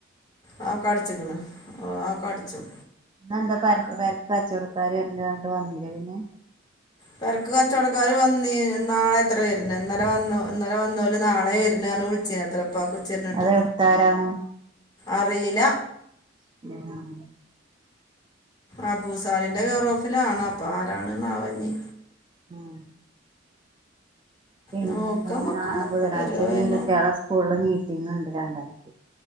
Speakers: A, on the left; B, on the right.
A: അ കട് അടിച്ച്ക്ക്ണ് അ കടിച്ചും
B: ഇന്നന്താ പരപ്പ് പെരക്ക് കച്ചൊടക്കാര് വെര്ണ്ട് പറഞ്ഞട്ട് വന്നില്ലെ പിന്നെ
A: പെരക്ക് കച്ചൊടക്കാര് വന്നീന് നാളെ അത്രേ വെര്ന്നെ ഇന്നലെ വന്നു ഇന്നലെ വന്നോര് നാളെ വര് ന്നെ പറഞ്ഞ് വിളിച്ചീന്നത്രെ ഉപ്പാക്ക് ഉച്ചതിര്ഞ്ഞ്ട്ട്
B: അതെവിടുത്താരാണ്
A: അറിയില
B: <unintelligible>
A: അബൂസാലിന്റ കെയറോഫിലാണ് അപ്പൊ ആരാണ്ന്നാവോ ഇഞ്ഞി
B: ഉം പിന്നെ
A: നോക്കാം
B: എന്താ
A: നമുക്ക്
B: അ ബുധനാഴ്ച
A: വരുമോ
B: ഇനി
A: വല്ല
B: കുട്ടികള സ്കൂൾ മീറ്റിംഗ് ഉണ്ട് രണ്ട് മണിക്ക്